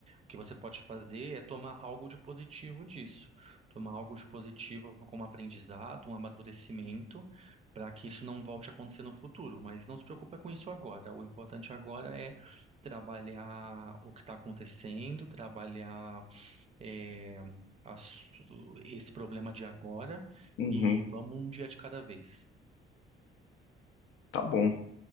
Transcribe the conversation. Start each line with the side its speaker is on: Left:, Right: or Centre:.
Right: que você pode fazer é tomar algo de positivo disso, tomar algo de positivo como aprendizado, um amadurecimento, para que isso não volte a acontecer no futuro. Mas não se preocupa com isso agora. O importante agora é trabalhar o que está acontecendo, trabalhar é, as- esse problema de agora
Left: Uhum,
Right: e vamos um dia de cada vez,
Left: tá bom,